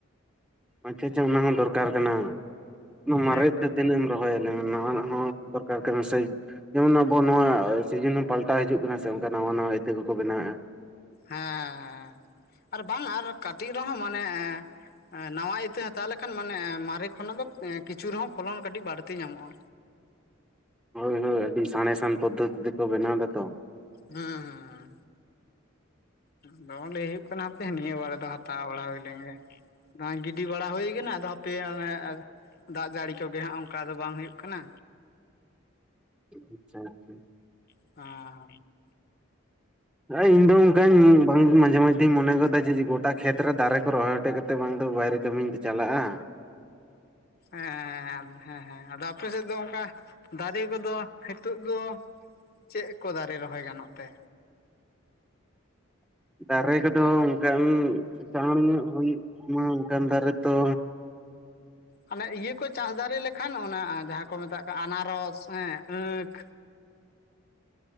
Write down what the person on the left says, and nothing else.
ᱮᱠᱫᱚᱢ
ᱦᱮᱸ ᱟᱨ ᱵᱟᱝ ᱟᱨ ᱠᱟᱹᱴᱤᱡ ᱨᱮᱦᱚᱸ ᱢᱟᱱᱮ ᱮ ᱱᱟᱣᱟ ᱤᱛᱟᱹ ᱦᱟᱛᱟᱣ ᱞᱮᱠᱷᱟᱱ ᱢᱟᱱᱮ ᱢᱟᱨᱮ ᱠᱷᱚᱱᱟᱜ ᱫᱚ ᱠᱤᱪᱷᱩ ᱨᱮᱦᱚᱸ ᱯᱷᱚᱞᱚᱱ ᱠᱟᱹᱴᱤᱡ ᱵᱟᱹᱲᱛᱤ ᱧᱟᱢᱚᱜᱼᱟ᱾
ᱦᱩᱸ ᱦᱩᱸ ᱦᱩᱸ ᱫᱚᱢᱮ ᱞᱟᱹᱭ ᱦᱳᱭᱳᱜ ᱠᱟᱱᱟ ᱦᱠᱯᱮ ᱱᱤᱭᱟᱹ ᱵᱟᱲᱟ ᱫᱚ ᱦᱟᱛᱟᱣ ᱵᱟᱲᱟ ᱦᱩᱭ ᱞᱮᱱ ᱜᱮ, ᱟᱫᱚ ᱜᱤᱰᱤ ᱵᱟᱲᱟ ᱦᱩᱭ ᱠᱟᱱᱟ ᱟᱫᱚ ᱯᱮᱭᱟ ᱫᱟᱜ ᱡᱟᱹᱲᱤ ᱠᱚᱜᱮ ᱦᱟᱸᱜ ᱚᱱᱠᱟ ᱫᱚ ᱵᱟᱝ ᱦᱩᱭᱩᱜ ᱠᱟᱱᱟ,
<unintelligible>
ᱮᱸ ᱦᱮᱸ ᱦᱮᱸ ᱟᱫᱚ ᱟᱯᱮ ᱥᱮᱫ ᱫᱚ ᱚᱱᱠᱟ ᱫᱟᱨᱮ ᱠᱚᱫᱚ ᱦᱤᱛᱚᱜ ᱫᱚ ᱪᱮᱫ ᱠᱚ ᱫᱟᱨᱮ ᱨᱚᱦᱚᱭ ᱜᱟᱱᱚᱜ ᱛᱮ,
ᱟᱱᱮ ᱤᱭᱟᱹ ᱠᱚ ᱪᱟᱥ ᱫᱟᱲᱮ ᱞᱮᱠᱷᱟᱱ ᱚᱱᱟ ᱡᱟᱦᱟᱸ ᱠᱚ ᱢᱮᱛᱟᱜ ᱠᱟᱱᱟ ᱟᱱᱟᱨᱚᱥ ᱦᱮᱸ ᱟᱸᱠᱷ,